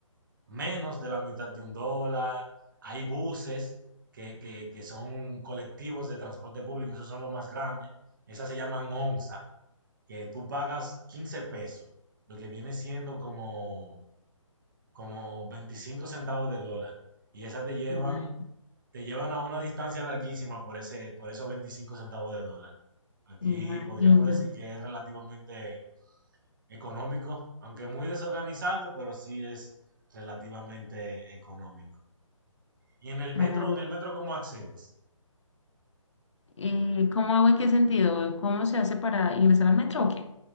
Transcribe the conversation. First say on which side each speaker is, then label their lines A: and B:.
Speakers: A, on the right (about 35°); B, on the left (about 60°).
A: menos de la mitad de un dólar. Hay buses que, que, que son colectivos de transporte público, esos son los más grandes. Esas se llaman onza, que tú pagas 15 pesos, lo que viene siendo como, como 25 centavos de dólar. Y esas te llevan,
B: Ima-
A: te llevan a una distancia larguísima por ese, por esos 25 centavos de dólar. Aquí
B: imagínate,
A: podríamos decir que es relativamente económico, aunque muy desorganizado, pero sí es relativamente económico. Y en el metro,
B: caramba.
A: en el metro, ¿cómo accedes?
B: Eh, ¿cómo hago en qué sentido? ¿Cómo se hace para ingresar al metro o qué?